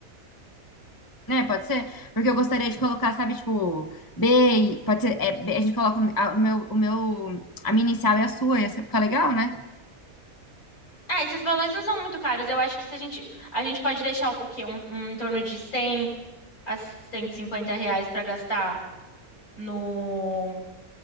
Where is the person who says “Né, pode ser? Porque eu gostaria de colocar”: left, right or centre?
Left